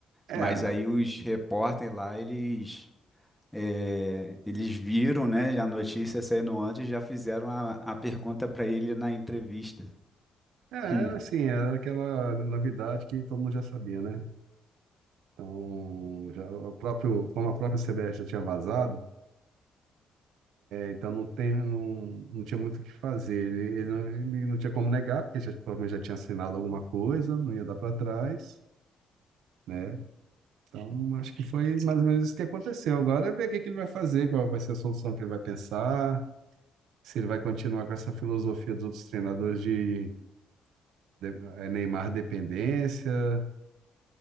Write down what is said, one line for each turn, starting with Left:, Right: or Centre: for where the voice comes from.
Right: É,
Centre: mas aí os repórteres lá, eles, é, eles viram, né? A notícia saindo antes, já fizeram a, a pergunta pra ele na entrevista.
Right: é,
Centre: <laughs>
Right: assim, era aquela novidade que todo mundo já sabia, né? Então, já, o próprio, como a própria CBF já tinha vazado, Então não tem, não, não tinha muito o que fazer. Ele, ele, não, ele não tinha como negar, porque já, provavelmente já tinha assinado alguma coisa, não ia dar para trás, né? Então acho que foi mais ou menos isso que aconteceu. Agora é ver o que, que ele vai fazer, qual vai ser a solução que ele vai pensar, se ele vai continuar com essa filosofia dos outros treinadores de, de eh, Neymar dependência,